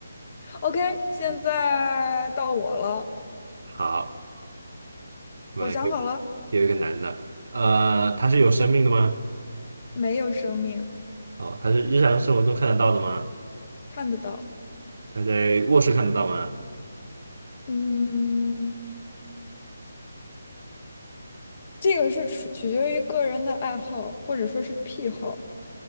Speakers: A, on the left; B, on the right.
A: OK，现在到我了，
B: 嗯好，我们有给
A: 我想好了，
B: 给一个男的，呃，他是有生命的吗？
A: 没有生命，
B: 哦，他是日常生活中看得到的吗？
A: 看得到。
B: 他在卧室看得到吗？
A: 嗯，这个是取取决于个人的爱好，或者说是癖好、